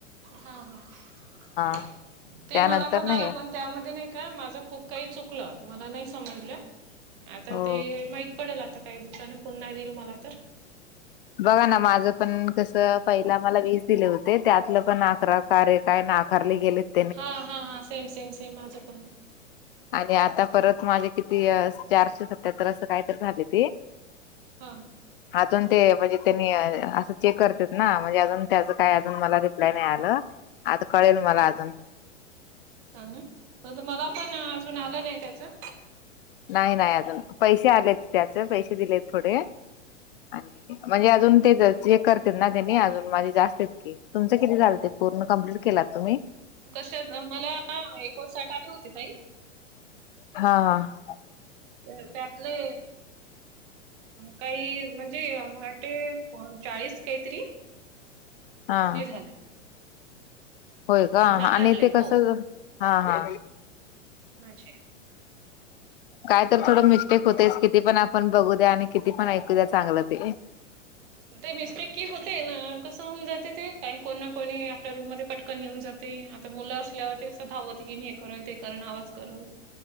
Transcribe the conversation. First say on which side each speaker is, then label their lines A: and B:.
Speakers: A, on the right; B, on the left.
A: हा. हा.
B: <inaudible>
A: ते मला पण आलं
B: नाही
A: पण त्यामध्ये नाही का माझं खूप काही चुकलं. मला नाही समजलं. आता
B: हो
A: ते माहित पडल. आता काही दिवसाने पुन्हा देईल मला तर.
B: बघा ना. माझं पण कस पहिला मला वीस दिले होते. त्यातलं पण अकरा कार्य काय नाकारले गेलेतं.
A: हा, हा, हा. सेम सेम सेम माझं पण.
B: आणि आता परत माझे किती चारशे सत्याहत्तर असं कायतरी झाले. ते
A: हा
B: आतून ते म्हणजे त्यांनी अ -- चेक करत ना. म्हणजे अजून त्याच काय अजून मला रिप्लाय नाही आलं. आता कळेल मला अजून.
A: ह ना. म तुमाला पण अजून आलं नाही त्याचं?
B: नाही. नाही अजून. पैसे आलेत त्याचे पैसे दिलेत थोडे. आणि म्हणजे अजून ते जे करते ना त्यांनी अजून माझे जास्त तुमं किती झालं ते पूर्ण कम्प्लीट केलात तुम्ही?
A: कशाच मला एकोण साठ आले होते ताई.
B: हा. हा.
A: तर त्यातले काही म्हणजे वाटे चाळीस काहीतरी
B: हा
A: हे झालंय.
B: होय का
A: नाकारले
B: आणि ते कस?
A: हो.
B: हा. हा.
A: माझे
B: काय तर थोडं मिस्टेक होतेस किती पण आपण बघू द्या आणि किती पण ऐकू द्या चांगलं ते.
A: ते मिस्टेक की होते ना. कसं होऊन जाते ते काही कोण ना कोणी आपल्या रूम मध्ये पटकन येऊन जात. ते आता मुलं असल्यावर ते कसं धावत येेन हे करन, ते करन, आवाज करन.